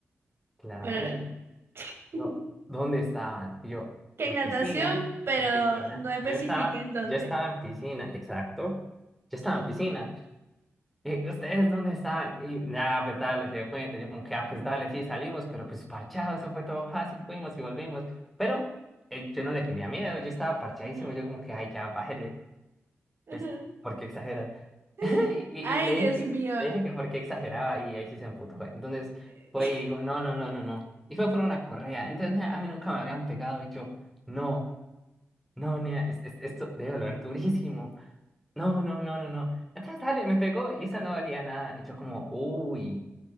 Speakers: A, in the centre; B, on the right.
A: claramente.
B: Para... <laughs>
A: No, ¿dónde estaban? Y yo,
B: Que
A: en
B: en natación,
A: piscina,
B: pero
A: en piscina.
B: no especifica
A: Yo estaba,
B: en dónde.
A: yo estaba en piscina, exacto. Yo estaba en piscina. Y, ¿ustedes dónde estaban? Y nada, pues dale, se dio cuenta. Yo como que, ah, pues dale, sí, salimos, pero pues parchado, eso fue todo fácil, fuimos y volvimos. Pero eh, yo no le tenía miedo, yo estaba parchadísimo,
B: Ajá.
A: yo como que, ay, ya, bájele
B: Ajá.
A: pues, ¿por qué exageras?
B: <laughs>
A: <laughs> Y,
B: Ay,
A: y le
B: Dios
A: dije que,
B: mío.
A: le dije que por qué
B: Eh,
A: exageraba y ahí sí se emputó. Entonces
B: eh.
A: fue
B: <laughs>
A: y dijo, no, no, no, no, no. Y fue por una correa. Entonces a mí nunca me habían pegado y yo, no, no, nea, es- es- esto debe doler durísimo. No, no, no, no, no. Entonces dale, me pegó y esa no valía nada. Y yo como, uy,